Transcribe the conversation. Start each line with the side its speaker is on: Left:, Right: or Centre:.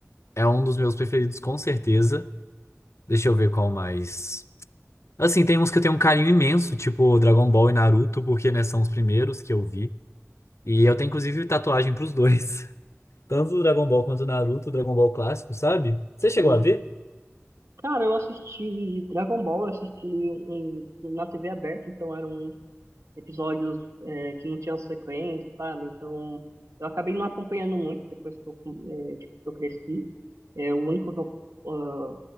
Left: é um dos meus preferidos, com certeza. Deixa eu ver qual mais. Assim, tem uns que eu tenho um carinho imenso, tipo Dragon Ball e Naruto, porque, né, são os primeiros que eu vi. E eu tenho, inclusive, tatuagem pros dois. Tanto do Dragon Ball quanto do Naruto, Dragon Ball clássico, sabe? Você chegou
Right: sim.
Left: a ver?
Right: Cara, eu assisti Dragon Ball, eu assisti em- na TV aberta, então era um episódios é, que não tinham sequência, sabe? Então, eu acabei não acompanhando muito depois que eu, é, tipo, que eu cresci. É, o único que eu ah,